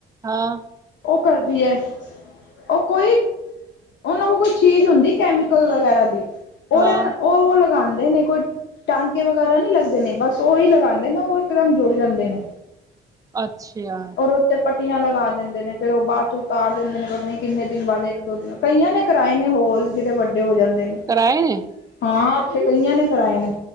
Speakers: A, on the right; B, on the left.
A: ਹਾਂ।
B: ਓ ਕਰਦੀ ਐ ਓ ਕੋਈ ਓਨਾਂ ਕੋਲ ਕੋਈ ਚੀਜ ਹੋਂਦੀ, ਕੈਮੀਕਲ ਵਗੈਰਾ ਦੀ ਓਰ
A: ਹਾਂ
B: ਨ ਓ ਲਗਾਂਦੇ ਨੇ ਕੋਈ ਟਾਂਕੇ ਵਗੈਰਾ ਨੀ ਲੱਗਦੇ ਨੇ, ਬਸ ਓਈ ਲਗਾਂਦੇ ਨੇ ਓ ਇਕਦਮ ਜੁੜ ਜਾਂਦੇ ਨੇ।
A: ਅੱਛਾ।
B: ਔਰ ਓਤੇ ਪੱਟੀਆਂ ਲਗਾ ਦੇਂਦੇ ਨੇ, ਫੇਰ ਓ ਬਾਚੋ ਉਤਾਰ ਦੇਂਦੇ ਨੇ ਪਤਾ ਨੀ ਕੀਨੇ ਦਿਨ ਬਾਦ ਇੱਕ-ਦੋ ਦਿਨ ਕਈਆਂ ਨੇ ਕਰਾਏ ਨੇ ਹੋਲ, ਜੇਦੇ ਵੱਡੇ ਹੋ ਜਾਂਦੇ ਨੇ।
A: ਕਰਾਏ ਨੇ?
B: ਹਾਂ, ਓਥੇ ਕਈਆਂ ਨੇ ਕਰਾਏ ਨੇ।